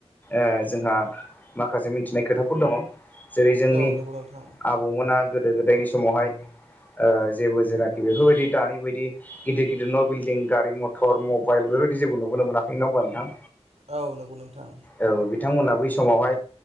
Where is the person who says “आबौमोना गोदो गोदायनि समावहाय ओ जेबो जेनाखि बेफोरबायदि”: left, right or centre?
Left